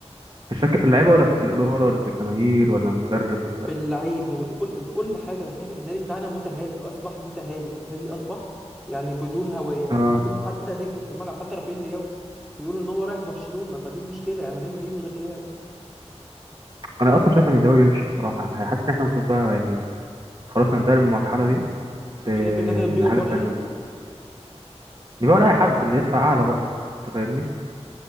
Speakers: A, on the right; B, in the centre.
A: الشك في اللعيبه ولا في الاداره ولا في الجماهير ولا المدرب ولا
B: في اللعيبة وكل بكل حاجة أنا شايف النادي بتاعنا متهالك أصبح متهالك النادي أصبح يعني بدون هوية بدون
A: اه
B: حتى نجم في الملعب حتى رافائيل لياو بيقولوا إن هو رايح برشلونة فدي المشكلة يعني هنعمل إيه من غير لياو
A: انا اصلا شايف ان اللي هو يمشي بصراحه حاسس ان احنا المفروض بقى يعني خلاص ننتقل من المرحله دي ل-
B: شايف إن إحنا نبيع
A: لحاجه
B: لبرشلونة
A: تانية نبقى لاي حد اللي يدفع اعلى بقى انت فاهمني